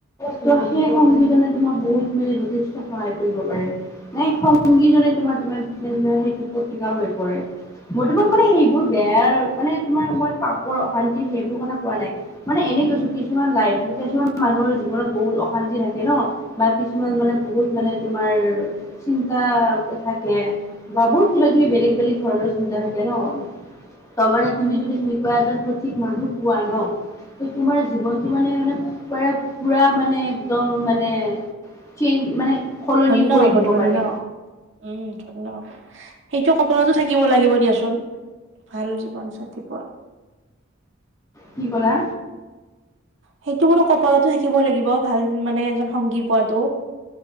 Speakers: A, on the left (about 15°); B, on the right (about 65°).
A: ত' সেই সংগীজনে
B: উম
A: তোমাক বহুত মানি যথেষ্ট সহায় কৰিব পাৰে, নাই সংগীজনে তোমাৰ <unintelligible>
B: উম,
A: হৈ পৰে, মই তোমাক মানে সেইবোৰ
B: উম,
A: বেয়াৰ মানে তোমাৰ মই পাপৰ অশান্তি সেইবোৰ কথা কোৱা নাই মানে এনেই কৈছো কিছুমান লাইফ কিছুমান মানুহৰ জীৱনত বহুত অশান্তি থাকে ন' বা কিছুমান মানে বহুত মানে
B: উম,
A: তোমাৰ চিন্তা থাকে বা বহুত কিবা কিবি বেলেগ বেলেগ ধৰণৰ চিন্তা থাকে ন'। তাৰমানে তোমাৰ তুমি
B: উম,
A: যদি সেনেকুৱা এজন সঠিক মানুহ পোৱা ন'। তে তোমাৰ জীৱনটো মানে মানে পৰে পুৰা মান মানে একদম মানে চেঞ্জ মানে সলনি
B: ধন্য
A: কৰি
B: হ'ব,
A: দিব
B: ধন্য,
A: পাৰে
B: উম, ধন্য হ'ব সেইটো কপলাতো থাকিব লাগিব। দিয়াচোন ভাল জীৱনচাথী পোৱা।
A: কি ক'লা?
B: সেইটোবোলো কপালতো থাকিব লাগিব ভাল মানে এজন সংগী পোৱাটো।